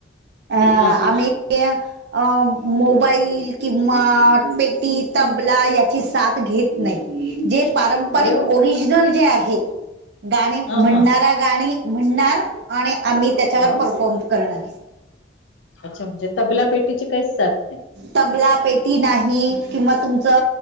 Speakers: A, on the right; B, on the left.
A: अ
B: हां.
A: आम्ही या- अ मोबाईल किंवा पेटी, तबला याची साथ घेत नाही. जे पारंपरिक
B: अरे वाह!
A: ओरिजनल जे आहे गाणे
B: हां,
A: म्हणणार
B: हां.
A: त्या गाणी म्हणणार आणि आम्ही त्याच्यावर
B: हां.
A: परफॉर्म करणार.
B: अच्छा! म्हणजे तबला पेटीची काहीच साथ नाही.
A: तबला, पेटी नाही किंवा तुमचं